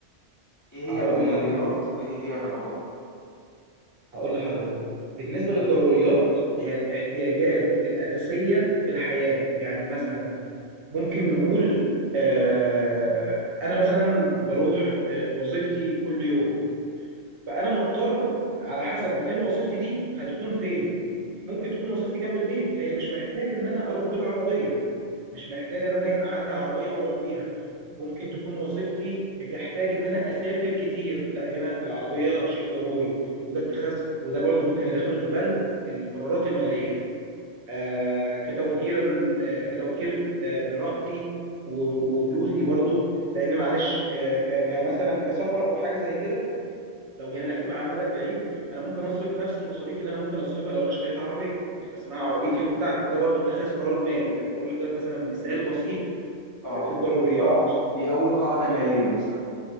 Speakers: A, on the left; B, on the right.
A: إيه هي
B: هقول
A: الضروريات
B: لحضرتك
A: وإيه هي الرغبات
B: هقول لحضرتك بالنسبة للضروريات هي الاحتياجات الأساسية في الحياة يعني مثلا ممكن نقول آه أنا مثلا بروح آه وظيفتي كل يوم فانا مضطر على حسب مكان وظيفتي دي هتكون فين ممكن تكون وظيفتي جنب البيت فهي مش محتاجه ان انا اروح بالعربيه مش محتاجه ان انا يبقى عندي عربيه اروح بيها ممكن تكون وظيفتي بتحتاج ان انا اسافر كتير لا هنا العربيه شيء ضروري وده اتخاذ وده برضو ممكن ادخله في بند القرارات الماليه آه كتوفيرا آه كتوفير آه لراحتي و- وفلوسي برضو لان معلش آه ك- كمثلا كسفر او حاجه زي كده لو جينا نحسبها على المدى البعيد انا ممكن اصرف نفس المصاريف اللي انا ممكن اصرفها لو انا اشتريت عربيه وتبقى اسمها عربيتي وبتاعتي فده برضو اتخاذ قرار مالي انا بقول لحضرتك مثلا مثال بسيط
A: آه
B: في الضروريات
A: دي أول قاعدة مالية مثلا